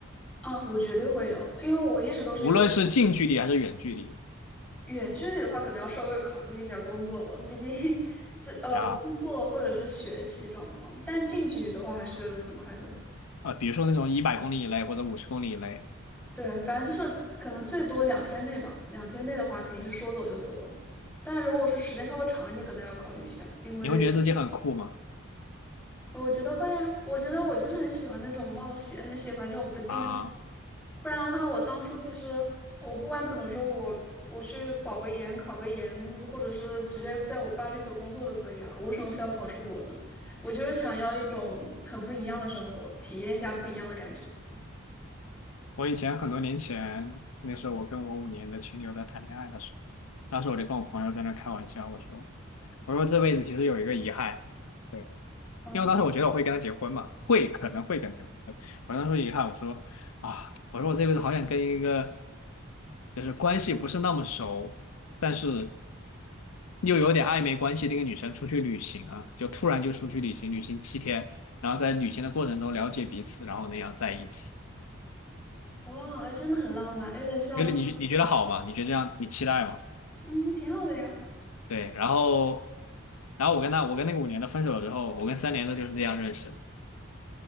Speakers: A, in the centre; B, on the left.
A: 啊，我绝对会有，因为我一直都是有
B: 无论是近距离还是远距离
A: 远距离的话，可能要稍微考虑一下工作了，毕竟 <laughs> 这呃工作或者是学习状况，
B: 啊
A: 但近距离的话还是很快的。
B: 啊，比如说那种一百公里以内或者五十公里以内，
A: 对，反正就是可能最多两天内吧，两天内的话肯定是说走就走了。但如果是时间稍微长一点，可能要考虑一下，因为
B: 你会觉得自己很酷吗？
A: 我觉得会啊，我觉得我就是很喜欢那种冒险，很喜欢这种不定的人。
B: 啊，
A: 不然的话，我当初其实我不管怎么说，我我去保个研、考个研，或者是直接在我爸律所工作都可以啊。我为什么非要跑出国呢？我就是想要一种很不一样的生活，体验一下不一样的感觉。
B: 我以前很多年前，那时候我跟我五年的前女友在谈恋爱的时候，当时我就跟我朋友在那开玩笑，我说，我说这辈子其实有一个遗憾，对，
A: 嗯，
B: 因为当时我觉得我会跟她结婚嘛，会可能会跟她结婚，我当时说遗憾，我说啊，我说我这辈子好想跟一个就是关系不是那么熟，但是又有点暧昧关系的一个女生出去旅行啊，就突然就出去旅行，旅行七天，然后在旅行的过程中了解彼此，然后那样在一起。
A: 哇，哎，真的很浪漫，有点像那，
B: 觉得你你觉得好吗？你觉得这样你期待吗？
A: 嗯，挺好的呀。
B: 对，然后然后我跟他我跟那个五年的分手了之后，我跟三年的就是这样认识的，